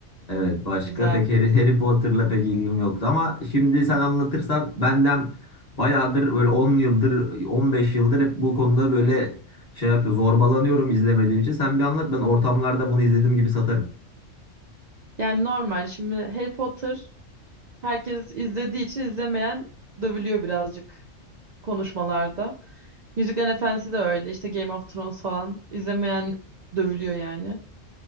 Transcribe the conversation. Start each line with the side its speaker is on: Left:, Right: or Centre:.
Left: evet başka
Right: Güzel
Left: pek
Right: bir
Left: Harry,
Right: kız.
Left: Harry Potter'la pek ilgim yoktu ama şimdi sen anlatırsan benden bayağıdır böyle on yıldır 15 yıldır hep bu konuda böyle şey yapıyor zorbalanıyorum izlemediğim için. Sen bir anlat ben ortamlarda bunu izlediğim gibi satarım.
Right: Yani normal. Şimdi Harry Potter herkes izlediği için izlemeyen dövülüyor birazcık. konuşmalarda. Yüzüklerin Efendisi de öyle. İşte Game of Thrones falan. izlemeyen dövülüyor yani.